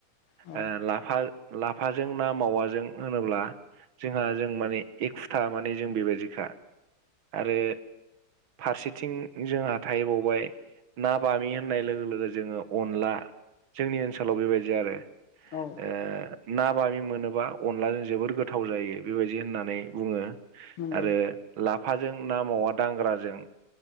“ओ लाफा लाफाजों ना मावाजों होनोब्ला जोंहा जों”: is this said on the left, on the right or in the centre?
Right